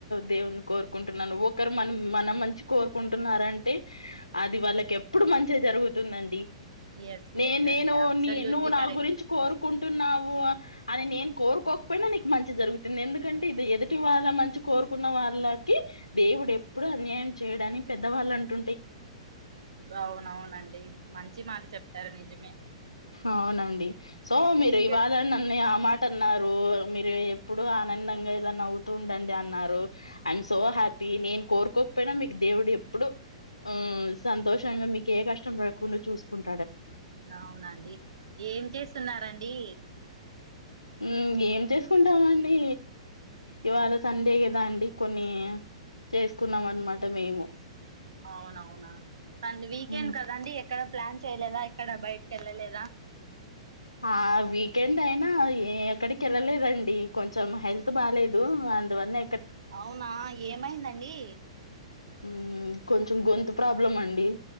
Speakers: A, on the left; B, on the right.
A: దేవుని కోరుకుంటున్నాను ఒకరు మనం మన మంచి కోర్కుంటున్నారంటే అది వాళ్ళకి ఎప్పుడు మంచే జరుగుతుందండి
B: ఎస్
A: నే
B: ఎస్
A: నేను
B: అండి అబ్సల్యూట్లీ
A: నీ నువ్వు నా
B: కరెక్ట్
A: గురించ్కోరుకు కుంటున్నావు అని నేను కోర్కోకపోయినా మంచి జరుగుతుంది ఎందుకంటే ఇది ఎదుటి వాళ్ళ మంచి కోరుకున్న వాళ్ళకి దేవుడు ఎప్పుడు అన్యాయం చేయడాని పెద్దవాళ్ళంటు
B: అవునవునండి మంచి మంచి మాట చెప్పారు నిజమే
A: అవ్నండి సో మీరు
B: ఇంకే
A: ఇవాళ్ళ నన్నే ఆ మాట అన్నారు మీరు ఎప్పుడు ఆనందంగా ఇలా నవ్వుతూ ఉండండంన్నారు ఐయం సో హ్యాపీ నేను కోరుకో పోయ్నా మీకు దేవుడేప్పుడు ఆ సంతోషంగా మీకు ఏ కష్టం రాకుండా చూసుకుంట
B: అవ్నండి ఏం చేస్తున్నారండి
A: ఉహ్ ఏం చేసుకుంటామండి ఇవాళ్ళ సండే గదా అండి కొన్ని చేసుకున్నామన్నమాట మేము
B: అవ్నవునా స వీకెండ్కదండి
A: ఉమ్,
B: ఎక్కడ ప్లాన్ చెయలేదా ఎక్కడ బయటకి వెళ్లలేద
A: ఆ వీకెండ్ అయినా ఏక్కడికి వెళ్లలేదండి కొంచెం హెల్త్ బాలేదు అందువలన
B: అవునా ఏమైందండి
A: ఉమ్ కొంచెం గొంతు ప్రాబ్లం అండి